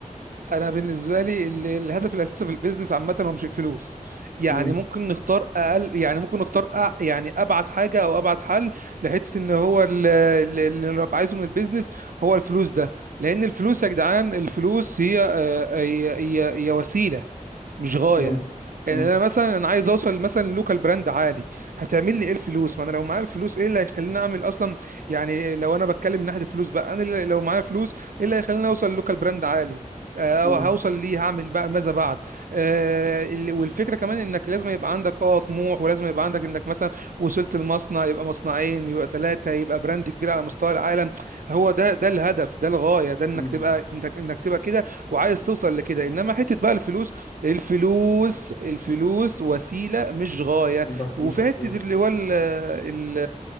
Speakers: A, on the right; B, on the left.
A: انا بالنسبه لي ال- الهدف الاساسي في البيزنس عامه هو مش الفلوس يعني
B: مم.
A: ممكن نختار اقل يعني ممكن نختار أ... يعني ابعد حاجه او ابعد حل لحته ان هو ال- ال- اللي انا عايزه من البيزنس هو الفلوس ده لان الفلوس يا جدعان الفلوس هي آه، هي هي هي وسيله مش غايه
B: مم.
A: يعني
B: مم.
A: انا مثلا انا عايز اوصل مثلا لوكال براند عالي هتعمل لي ايه الفلوس ما انا لو معايا الفلوس ايه اللي هيخليني اعمل اصلا يعني لو انا بتكلم من ناحيه الفلوس بقى انا اللي- لو معايا فلوس ايه اللي هيخليني اوصل لوكال براند عالي آه،
B: مم.
A: او هوصل ليه هعمل بقى ماذا بعد آه ال- والفكره كمان انك لازم يبقى عندك اه طموح ولازم يبقى عندك انك مثلا وصلت المصنع يبقى مصنعين يبقى ثلاثه يبقى براند كبير على مستوى العالم هو ده ده الهدف ده الغايه ده انك
B: مم.
A: تبقى انك انك تبقى كده وعايز توصل لكده انما حته بقى الفلوس الفلوس الفلوس وسيلة مش غاية
B: بس
A: وفي
B: مش قصير
A: حتة اللي هو ال ال